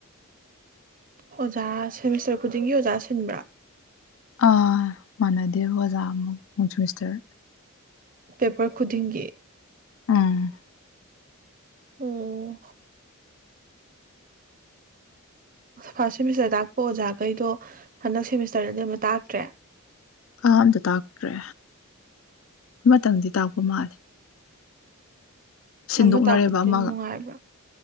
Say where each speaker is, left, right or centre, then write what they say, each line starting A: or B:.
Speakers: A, on the right; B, on the left.
A: ꯑꯣꯖꯥ ꯁꯦꯃꯤꯁꯇꯔ ꯈꯨꯗꯤꯡꯒꯤ ꯑꯣꯖꯥ ꯁꯤꯟꯕ꯭ꯔꯥ꯫
B: ꯑ ꯃꯥꯟꯗꯦ ꯑꯣꯖꯥ ꯑꯃ <unintelligible>
A: ꯄꯦꯄꯔ ꯈꯨꯗꯤꯡꯒꯤ꯫
B: ꯎꯝ
A: <unintelligible> ꯐꯥꯔꯁꯠ ꯁꯦꯃꯤꯁꯇꯔ ꯇꯥꯛꯄ ꯑꯣꯖꯥꯒꯩꯗꯣ ꯍꯟꯗꯛ ꯁꯦꯃꯤꯁꯇꯔꯗꯗꯤ ꯑꯃꯇ ꯇꯥꯛꯇ꯭ꯔꯦ꯫
B: ꯑꯑꯝꯇ ꯇꯥꯛꯇ꯭ꯔꯦ ꯑꯃꯇꯪꯗꯤ ꯇꯥꯛꯄ ꯃꯥꯜꯂꯦ꯫ ꯁꯤꯟꯗꯣꯛꯅꯔꯦꯕ
A: ꯑꯃ ꯇꯥꯛꯄ <unintelligible> ꯗꯤ
B: ꯑꯃꯒ
A: ꯅꯨꯡꯉꯥꯏꯕ꯭ꯔꯥ